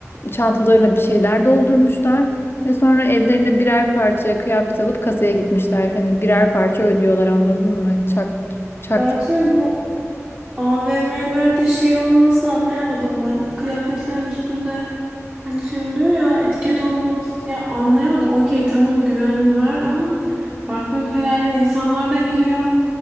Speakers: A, on the left; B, on the right.
A: çantalarına bir şeyler doldurmuşlar ve sonra ellerine birer parça kıyafet alıp kasaya gitmişler. Hani birer parça ödüyorlar anladın mı? Çak çaktı.
B: Zaten bu AVM'lerde şey olmamasını anlayamadım ben. Kıyafetlerin üstünde hani şey oluyor ya etiket olmaması ya anlayamadım. Okey tamam güven var ama farklı ülkelerden insanlar da geliyor.